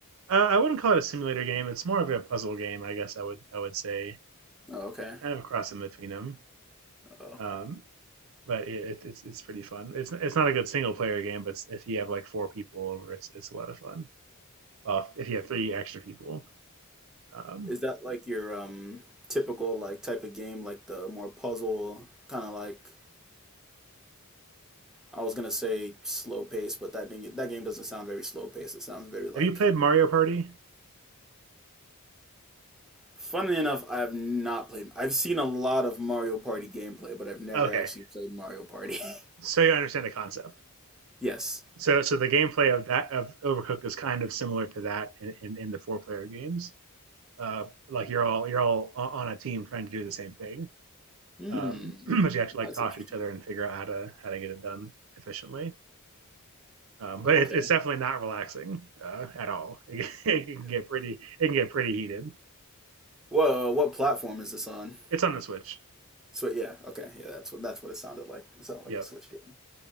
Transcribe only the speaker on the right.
Uh, I wouldn't call it a simulator game. It's more of a puzzle game, I guess. I would I would say
kind of a cross in between them.
Um, but it, it's it's pretty fun. It's it's not a good single player game, but it's, if you have like four people over, it's it's a lot of fun. well, if you have three extra people. Um,
have you played Mario Party?
Okay,
so you understand the concept.
So, so the gameplay of that of Overcooked is kind of similar to that in, in, in the four player games. Uh, like you're all you're all on a team trying to do the same thing,
um, <clears throat> but you have to like
talk
to each other and figure out how to how to get it done efficiently. Um, but
it's it's definitely not relaxing uh, at all. <laughs> It, it can get pretty it can get pretty heated.
It's on the Switch.
Yep,